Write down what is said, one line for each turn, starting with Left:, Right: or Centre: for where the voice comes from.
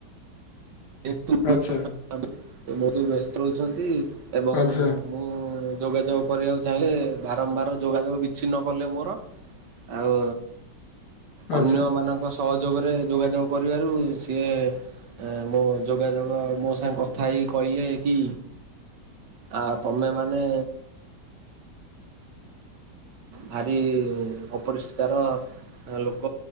Right: ବହୁତ
Left: ଆଚ୍ଛା
Right: ବ୍ୟସ୍ତ ରହୁଛନ୍ତି ଏବଂ
Left: ଆଚ୍ଛା
Right: ମୁଁ ଯୋଗାଯୋଗ କରିବାକୁ ଚାହିଁଲେ ବାରମ୍ବାର ଯୋଗାଯୋଗ ବିଚ୍ଛିନ୍ନ କଲେ ମୋର ଆଉ
Left: ଆଚ୍ଛା।
Right: ଅନ୍ୟ ମାନଙ୍କ ସହଯୋଗରେ ଯୋଗାଯୋଗ କରିବାରୁ ସିଏ ଏ ମୋ ଯୋଗାଯୋଗ ମୋ ସାଙ୍ଗେ କଥା ହେଇକି କହିଲେ କି ଆ ତମେ ମାନେ ଭାରି ଅପରିଷ୍କାର ଲୋକ